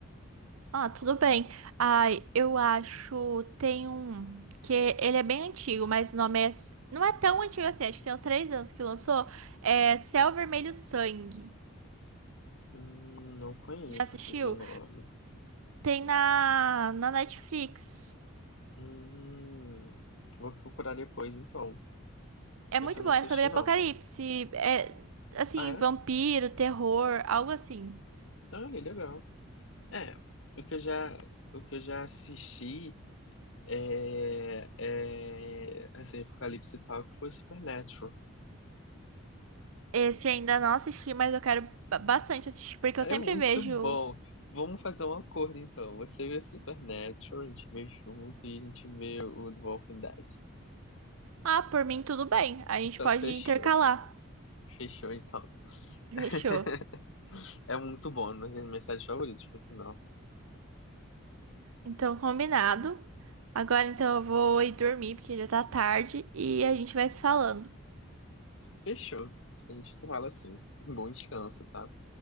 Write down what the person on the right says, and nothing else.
Ah, tudo bem. Ai, eu acho tem um que ele é bem antigo, mas o nome é não é tão antigo assim, acho que tem uns três anos que lançou. É Céu Vermelho Sangue.
Já assistiu?
Tem na na Netflix.
É
muito
bom,
é sobre apocalipse,
é assim,
vampiro, terror, algo assim.
Esse ainda não assisti, mas eu quero ba- bastante assistir, porque
eu sempre
vejo.
Ah, por mim tudo bem. A gente
pode
intercalar.
<laughs> Fechou.
Então, combinado. Agora então eu vou ir dormir, porque já tá tarde, e a gente vai se falando.